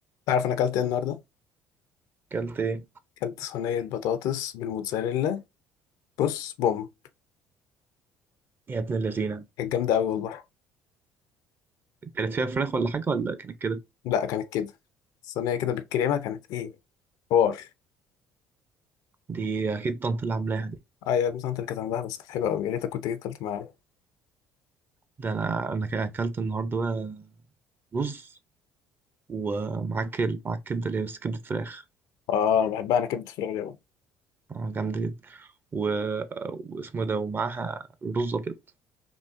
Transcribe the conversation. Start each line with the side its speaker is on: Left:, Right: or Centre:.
Left: تعرف انا اكلت ايه النهارده
Right: اكلت ايه
Left: اكلت صينيه بطاطس بالموتزاريلا بص بوم
Right: يا ابن اللذينة
Left: كانت جامده قوي والله
Right: كانت فيها فراخ ولا حاجة ولا كانت كده
Left: لا كانت كده الصينيه كده بالكريمه كانت ايه حوار
Right: دي أكيد طنط اللي عاملاها دي
Left: اه يا ابني انت اللي كانت عندها بس كانت حلوه قوي يا ريتك كنت جيت اكلت معانا
Right: ده أنا أنا كا- أكلت النهاردة بقى رز ومعاه كل معاه كبدة اللي هي بس كبدة فراخ
Left: اه بحبها انا كبده الفراخ دي أوي.
Right: آه، جامدة جدا و... واسمه ده ومعاها رز أبيض